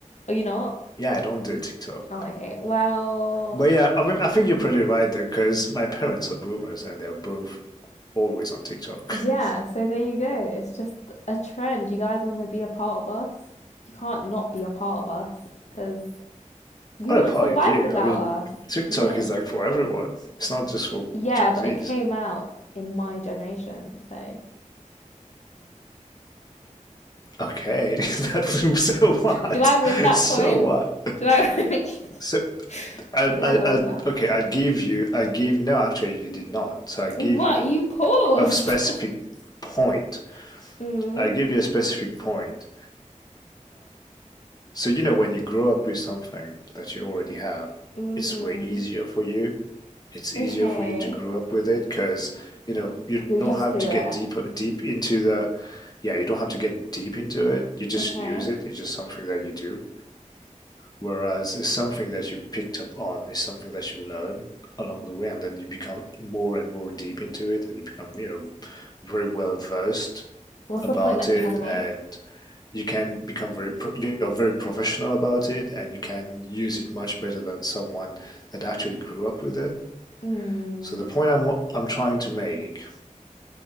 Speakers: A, on the left; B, on the left.
A: are you not?
B: Yeah, I don't do TikTok.
A: Oh, okay. Well,
B: But yeah,
A: uh,
B: I mean, I think you're pretty right there because my parents are boomers and they're both always on TikTok.
A: yeah,
B: <laughs>
A: so there you go. It's just a trend. You guys want to be a part of us? You can't not be a part of us because you
B: What
A: wouldn't
B: a party
A: survive
B: view.
A: without
B: I mean,
A: us,
B: TikTok
A: you know?
B: is like for everyone. It's not just for
A: Yeah,
B: Gen
A: but
B: Zs.
A: it came out in my generation, so.
B: Okay, <laughs> that's so what?
A: Do I win that
B: <laughs> So
A: point?
B: what?
A: Do I? <laughs>
B: So I,
A: I feel
B: I,
A: like I won
B: I,
A: that.
B: okay, I'll give you, I give, no, actually, you did not. So I give
A: What?
B: you
A: You paused?
B: a, a specific point.
A: <laughs> mm.
B: I give you a specific point So, you know, when you grow up with something that you already have,
A: Mm-hmm.
B: it's way easier for you. It's easier
A: Okay.
B: for you to grow up with it because, you know, you
A: You're used
B: don't have
A: to
B: to
A: it.
B: get deep deep into the, yeah, you don't have to get deep into it. You just
A: Okay.
B: use it. It's just something that you do. Whereas it's something that you picked up on, it's something that you learn along the way, and then you become more and more deep into it, and you become, you know, very well versed
A: What's
B: about
A: the point that you're
B: it,
A: trying to make?
B: and you can become very, pro- you're very professional about it, and you can use it much better than someone that actually grew up with it.
A: Mm.
B: So the point I'm, I'm trying to make,